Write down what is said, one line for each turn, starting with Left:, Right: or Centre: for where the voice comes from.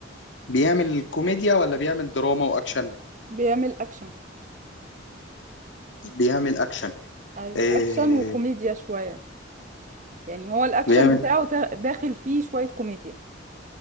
Left: بيعمل كوميديا ولا بيعمل دراما واكشن
Right: بيعمل اكشن
Left: بيعمل اكشن
Right: ايوه
Left: آه
Right: اكشن وكوميديا شوية يعني هو الاكشن
Left: بيعمل
Right: بتاعه تا- داخل فيه شوية كوميديا